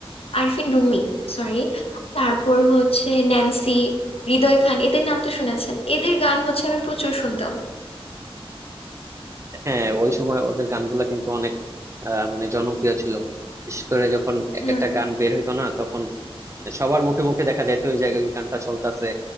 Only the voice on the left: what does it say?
আরিফিন রুমি সরি তারপর হচ্ছে ন্যান্সি হৃদয় খান এদের নাম তো শুনেছেন এদের গান হচ্ছে আমি প্রচুর শুনতাম
হুম